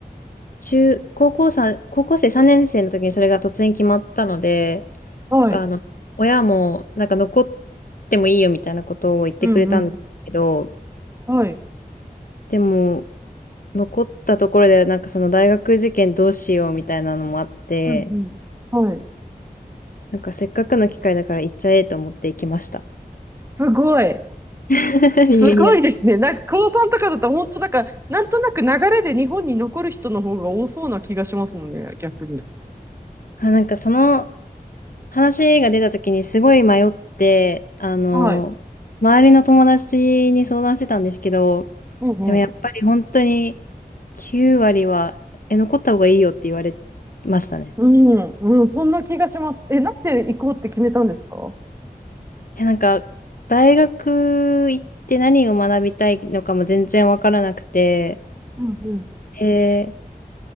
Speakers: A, on the left; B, on the right.
A: 中、高校さん、高校生3年生の時にそれが突然決まったので、
B: はい。
A: なんか、あの、親も、なんか、残ってもいいよみたいなことを言ってくれたんですけど、
B: うんうん。はい。
A: でも、残ったところで、なんか、その大学受験どうしようみたいなのもあって、
B: うんうん。はい。
A: なんか、せっかくの機会だから行っちゃえと思って行きました。
B: すごい。
A: <laughs> いやいや。
B: すごいですね。なんか、高3とかだと、本当なんか、なんとなく流れで日本に残る人の方が多そうな気がしますもんね、逆に。
A: あ、なんかその話が出た時にすごい迷って、あの、
B: はい。
A: 周りの友達に相談してたんですけど、
B: うんうん。
A: でもやっぱり本当に9割は、え、残った方がいいよって言われましたね。
B: うん、うん、そんな気がします。え、なんで行こうって決めたんですか
A: え、なんか、大学行って何を学びたいのかも全然わからなくて、
B: うんうん。
A: えー